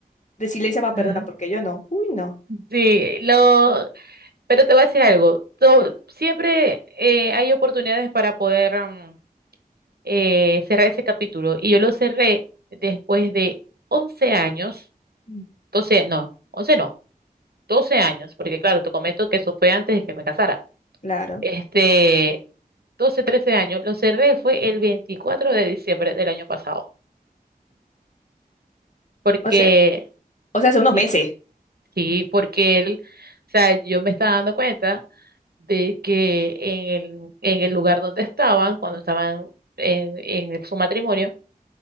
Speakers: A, on the left (about 50°); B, on the right (about 80°).
A: resiliencia para
B: ajá.
A: perdonar, porque yo no. Uy, no.
B: Sí, lo, pero te voy a decir algo. To- siempre eh, hay oportunidades para poder am, eh, cerrar ese capítulo. Y yo lo cerré después de 11 años.
A: Mm.
B: Entonces, no, 11 no. 12 años, porque claro, te comento que eso fue antes de que me casara.
A: Claro.
B: Este, doce trece años, lo cerré fue el 24 de diciembre del año pasado, porque,
A: O sea, o sea, hace unos
B: y-
A: meses.
B: sí, porque él, o sea, yo me estaba dando cuenta de que en el, en el lugar donde estaban, cuando estaban en, en su matrimonio,